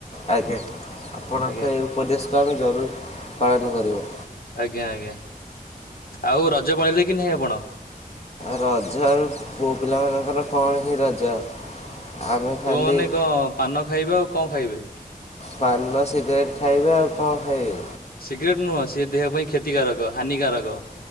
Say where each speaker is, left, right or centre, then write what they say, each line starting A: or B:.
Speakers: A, on the left; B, on the left.
A: ଆଜ୍ଞା ଆପଣଙ୍କ
B: ଆଜ୍ଞା।
A: ଏଇ ଉପଦେଶକୁ ଆମେ ଜରୁରୀ ପାଳନ କରିବ।
B: ଆଜ୍ଞା ଆଜ୍ଞା ଆଉ ରଜ ପାଳିଲେକି ନାହିଁ ଆପଣ?
A: ରଜ ଆଉ ପୁଅପିଲାମାନଙ୍କର କଣ ହିଁ ରଜ। ଆମେ ଖାଲି
B: ପୁଅମାନେ କଣ ପାନ ଖାଇବେ ଆଉ କଣ ଖାଇବେ।
A: ପାନ ସିଗରେଟ୍ ଖାଇବେ ଆଉ କଣ ଖାଇବେ।
B: ସିଗ୍ରେଟ ନୁହଁ ସିଏ ଦେହ ପାଇଁ କ୍ଷତିକାରକ ହାନିକାରକ।